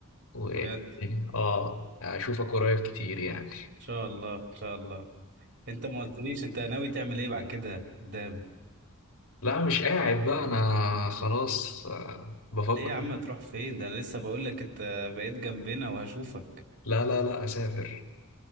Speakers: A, on the left; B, on the right.
A: و
B: بجد ان
A: اه اشوفك قريب كتير يعني
B: شاء الله ان شاء الله انت ما قلتليش انت ناوي تعمل ايه بعد كده قدام
A: لا مش قاعد بقى انا خلاص آه، بفكر
B: ليه يا عم تروح فين ده انا لسه بقول لك انت بقيت جنبنا وهشوفك
A: لا لا لا اسافر